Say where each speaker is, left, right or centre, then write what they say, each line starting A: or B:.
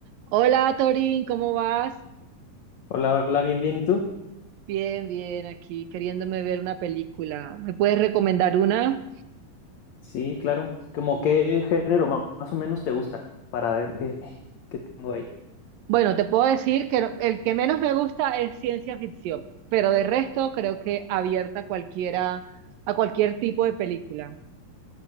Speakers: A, on the right (about 80°); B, on the left (about 60°).
A: Hola Torín, ¿cómo vas?
B: Hola, hola, bien, bien. ¿Y tú?
A: Bien, bien, aquí queriéndome ver una película. ¿Me puedes recomendar una?
B: Sí, claro. Como qué género ma- más o menos te gusta para ver qué, qué tengo ahí.
A: Bueno, te puedo decir que no- el que menos me gusta es ciencia ficción, pero de resto creo que abierta a cualquiera, a cualquier tipo de película.